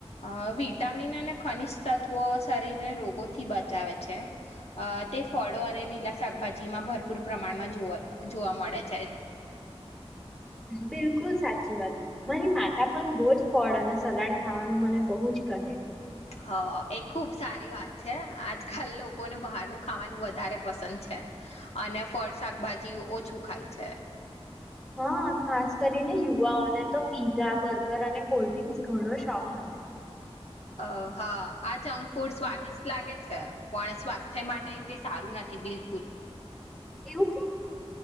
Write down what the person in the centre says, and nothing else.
બિલકુલ સાચી વાત મારી માતા પણ રોજ ફળ અને સલાડ ખાવાનું મને બહુ જ કહે
હા ખાસ કરીને યુવાઓને તો પીઝા બર્ગર અને કોલ્ડ્રિંક્સ ઘણો શોખ હોય એનો
એવું કેમ